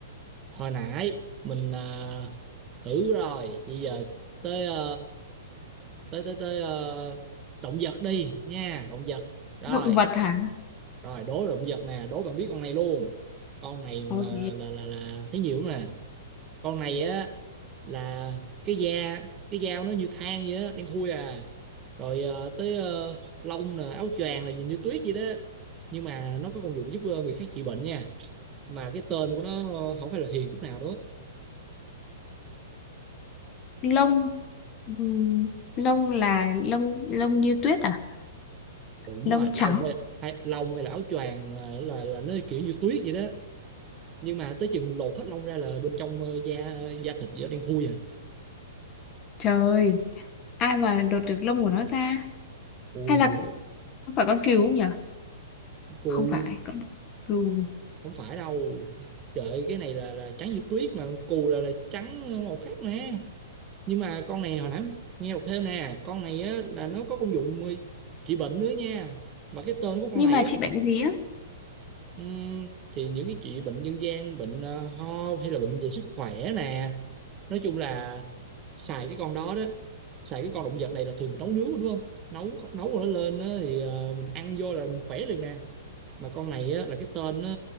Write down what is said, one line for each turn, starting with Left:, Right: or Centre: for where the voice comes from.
Right: hồi nãy mình à, thử rồi, bây giờ tới ờ, tới tới tới ờ, động vật đi nha, động vật. Rồi,
Left: động vật hả
Right: rồi đố động vật nè, đố bạn biết con này luôn. Con này
Left: ok
Right: mà là là là thấy nhiều lắm nè con này á là cái da cái dao nó như than vậy á đen thui à rồi ờ, tới ờ, lông nè áo choàng là nhìn như tuyết vậy đó nhưng mà nó có công dụng giúp ờ, người khác trị bệnh nha mà cái tên của nó ờ, không phải là hiền chút nào đó
Left: lông ừm, lông là lông lông như tuyết à
Right: đúng
Left: lông
Right: rồi lông
Left: trắng
Right: hay, hay lông hay là áo choàng ờ, là là nó kiểu như tuyết vậy đó nhưng mà tới chừng lột hết lông ra là bên trong ờ, da da thịt vậy đen thui à
Left: trời ơi, ai mà lột được lông của nó ra
Right: ui
Left: hay là không phải con cừu không nhở
Right: cô
Left: không phải con cừu
Right: không phải đâu trời ơi, cái này là là trắng như tuyết mà cù là là trắng màu khác nè nhưng mà con này hồi nãy nghe đọc thêm nè con này á là nó có công dụng ờ, trị bệnh nữa nha mà cái tên của con
Left: nhưng
Right: này
Left: mà
Right: á
Left: chị bệnh gì á
Right: ừm, thì những cái trị bệnh dân gian bệnh ờ, ho hay là bệnh về sức khỏe nè nói chung là xài cái con đó đó xài cái con động vật này là thường mình nấu nướng đúng không nấu nấu rồi nó lên á, thì ờ, mình ăn vô là mình khỏe liền nè mà con này á, là cái tên nó